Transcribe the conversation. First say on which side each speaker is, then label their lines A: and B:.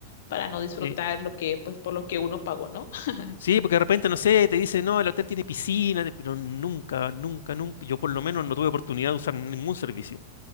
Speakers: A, on the left; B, on the left.
A: para no disfrutar
B: Sí.
A: lo que, pues por lo que uno pagó, ¿no? <laughs>
B: Sí, porque de repente, no sé, te dicen, no, el hotel tiene piscina, te- pero nunca, nunca, nunca, yo por lo menos no tuve oportunidad de usar ningún servicio.